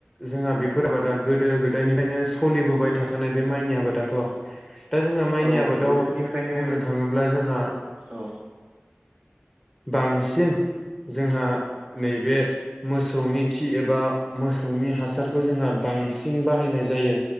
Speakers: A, in the centre; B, on the right.
A: जोंहा बेफोर आबादा गोदो गोदायनिफ्रायनो सलिबोबाय थाखानाय बे माइनि आबादाथ' दा जोंहा माइनि
B: औ
A: आबाद
B: गोदोनिफ्रायनो
A: आबादाव बुंनो थाङोब्ला जोंहा <inaudible>
B: औ
A: बांसिन जोंहा नैबे मोसौनि खि एबा मोसौनि हासारखौ जोंहा बांसिन बाहायनाय जायो